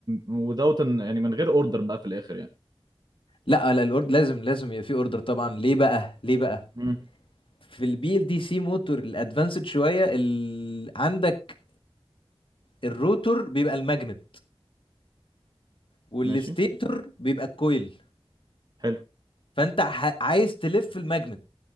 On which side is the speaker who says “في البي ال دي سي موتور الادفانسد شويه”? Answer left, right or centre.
Left